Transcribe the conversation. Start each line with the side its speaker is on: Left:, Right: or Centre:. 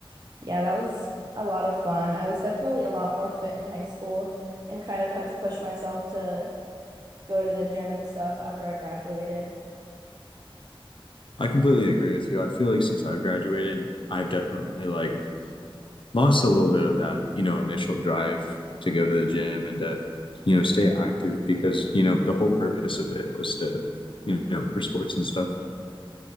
Right: Yeah, that was a lot of fun. I was definitely a lot more fit in high school and kind of had to push myself to go to the gym and stuff after I graduated.
Left: I completely agree with you. I feel like since I've graduated, I've definitely like lost a little bit of that, you know, initial drive to go to the gym and to, you know, stay active because, you know, the whole purpose of it was to, you know, for sports and stuff.